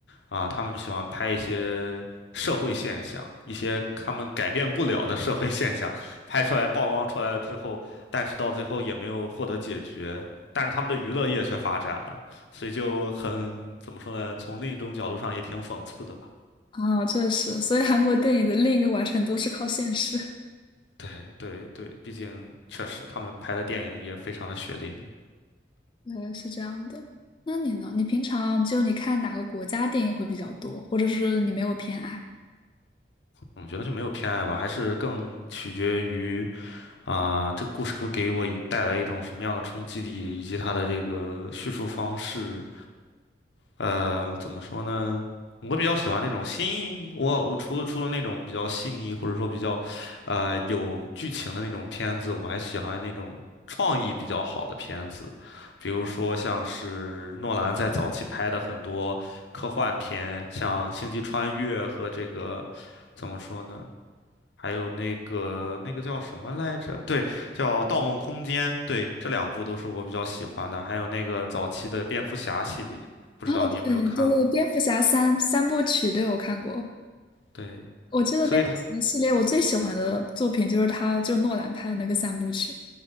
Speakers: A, on the left (about 85°); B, on the left (about 25°).
A: 啊，他们喜欢拍一些社会现象，一些他们改变不了的社会现象，拍出来曝光出来了之后，但是到最后也没有获得解决，但是他们的娱乐业却发展了，所以就很，怎么说呢，从另一种角度上也挺讽刺的吧。
B: 啊，确实，所以韩国电影的另一个完成度是靠现实。
A: 对对对，毕竟确实他们拍的电影也非常的血淋淋。
B: 对，是这样的。那你呢？你平常就你看哪个国家电影会比较多，或者是你没有偏爱？
A: 我觉得就没有偏爱吧，还是更取决于啊、这个故事会给我一带来一种什么样的冲击力，以及它的这个叙述方式。呃，怎么说呢？我比较喜欢那种新，我我除了除了那种比较细腻或者说比较，呃，有剧情的那种片子，我还喜欢那种创意比较好的片子，比如说像是诺兰在早期拍的很多科幻片，像《星际穿越》和这个怎么说呢？还有那个那个叫什么来着？对，叫《盗梦空间》。对，这两部都是我比较喜欢的。还有那个早期的蝙蝠侠系列，不知道你有没有看过？
B: 哦，对就是《蝙蝠侠三三部曲，对，我看过。
A: 对，
B: 我记得蝙蝠侠系列我最喜欢的作品就是他，
A: 所以它。
B: 就诺兰拍的那个三部曲。